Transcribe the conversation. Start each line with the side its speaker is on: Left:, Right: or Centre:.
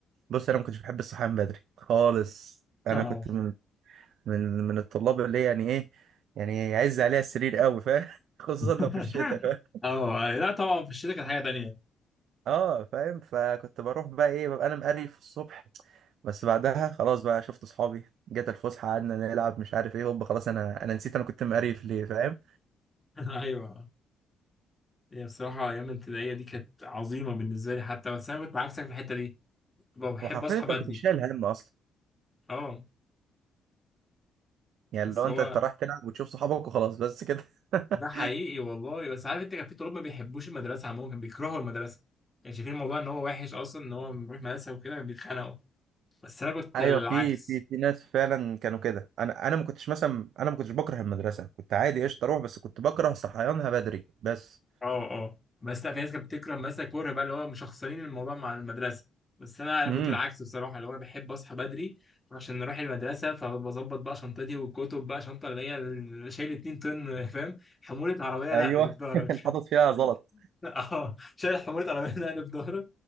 Right: بص انا ما كنتش بحب الصحيان من بدري خالص انا
Left: اه
Right: كنت من من من الطلاب اللي يعني ايه يعني يعز عليها السرير قوي فاهم <laughs> خصوصا
Left: <laughs>
Right: لو في الشتاء
Left: اه أيوة. لا طبعا في الشتاء كانت حاجه تانية
Right: اه فاهم فكنت بروح بقى ايه ببقى انا مقريف الصبح بس بعدها خلاص بقى شفت اصحابي جت الفسحه قعدنا نلعب مش عارف ايه هوب خلاص انا انا نسيت انا كنت مقريف ليه فاهم
Left: <laughs> ايوه هي بصراحه ايام الابتدائيه دي كانت عظيمه بالنسبه لي حتى بس انا كنت عكسك في الحته دي كنت بحب
Right: وحرفيا
Left: اصحى
Right: انت
Left: بدري
Right: ما كنتش شايل هم اصلا
Left: اه
Right: يعني
Left: بس
Right: لو
Left: هو
Right: انت أنت رايح تلعب وتشوف صحابك وخلاص بس كده <laughs>
Left: ده حقيقي والله بس عارف انت كان في طلاب ما بيحبوش المدرسه عموما كانوا بيكرهوا المدرسه كانوا شايفين الموضوع ان هو وحش اصلا ان هو بيروح مدرسه وكده بيتخانقوا بس انا كنت
Right: ايوه
Left: العكس
Right: في في في ناس فعلا كانوا كده انا انا ما كنتش مثلا انا ما كنتش بكره المدرسه كنت عادي قشطه اروح بس كنت بكره صحيانها بدري بس
Left: اه اه بس لا في ناس كانت بتكره مثلا كره بقى اللي هو مشخصنين الموضوع مع المدرسه بس انا انا
Right: امم
Left: كنت العكس بصراحه اللي هو بحب اصحى بدري عشان نروح المدرسه فبظبط بقى شنطتي والكتب بقى شنطه اللي هي ال- شايل 2 طن فاهم حموله عربيه
Right: ايوه
Left: لا اللي في ظهرك
Right: <laughs> اللي
Left: <laughs>
Right: حاطط فيها غلط
Left: اه شايل حموله عربيه لا اللي في ظهرك